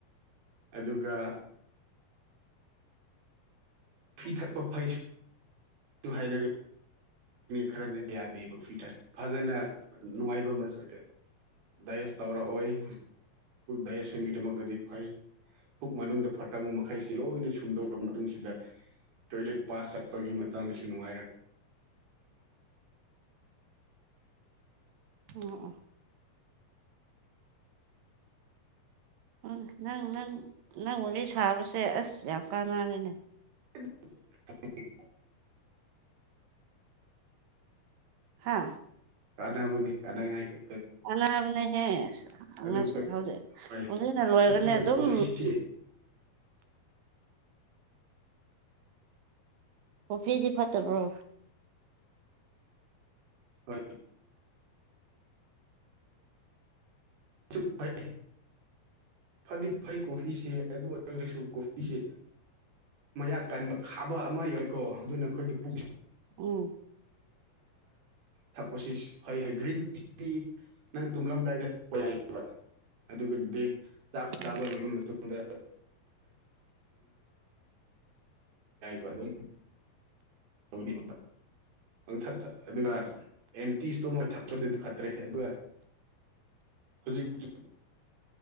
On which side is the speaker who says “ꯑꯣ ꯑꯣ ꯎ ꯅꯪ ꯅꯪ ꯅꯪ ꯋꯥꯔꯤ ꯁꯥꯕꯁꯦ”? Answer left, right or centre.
Right